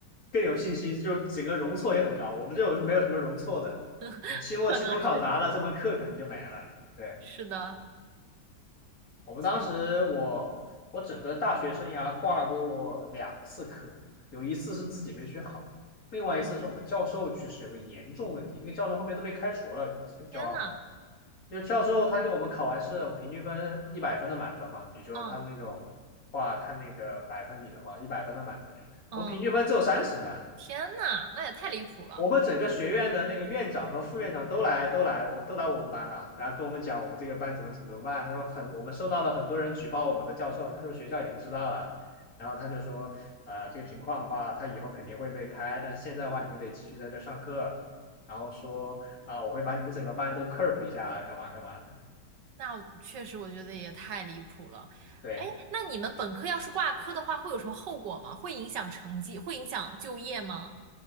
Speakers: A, on the left; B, on the right.
A: 更有信心，就整个容错也很高。我们这种是没有什么容错的，
B: <laughs>
A: 你期末、
B: 可能是
A: 期中考砸了，这门课可能就没了。对，
B: 是的，
A: 我们当时我我整个大学生涯挂过两次科，
B: 确实。
A: 有一次是自己没学好，另外一次是我们教授去世有个严重问题，
B: 嗯，
A: 那个教授后面都被开除了，教完我们。
B: 天呐，
A: 就教授他给我们考完试，我们平均分一百分的满分嘛。比如说他们那种话，
B: 嗯
A: 看那个百分比的话，一百分的满分，
B: 嗯，
A: 我们平均分只有三十分。
B: 天呐，那也太离谱了。
A: 我们整个学院的那个院长和副院长都来，都来，我都来我们班了，然后跟我们讲我们这个班怎么怎么怎么办。他说很，我们收到了很多人举报我们的教授，他说学校已经知道了，然后他就说啊，呃，这个情况的话，他以后肯定会被开，但是现在的话，你们得继续在这上课，然后说啊、我会把你们整个班都 curve 一下，干嘛干嘛的。
B: 那确实，我觉得也太离谱了。
A: 对，
B: 哎，那你们本科要是挂科的话，会有什么后果吗？会影响成绩，会影响就业吗？